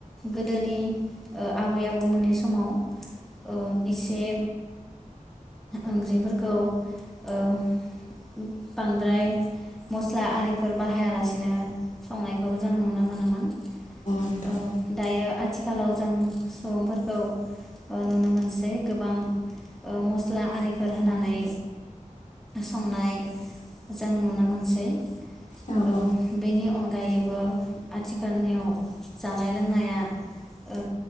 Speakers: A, in the centre; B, on the left (about 60°).
A: गोदोनि ओ आबै आबौ मोननि समाव ओ इसे ओंख्रिफोरखौ ओ बांद्राय मस्ला आरिफोर बाहायालासेनो संनाय खौ जों नुनो मोनोमोन।
B: नोंथां
A: अ दायो आथिखालाव जों सुबुंफोरखौ ओ नुनो मोनसै गोबां ओ मस्ला आरिफोर होनानै संनाय जों नुनो मोनसै
B: औ औ
A: ओ बेनि अनगायै बो आथिखालनियाव जानाय लोंनाया ओ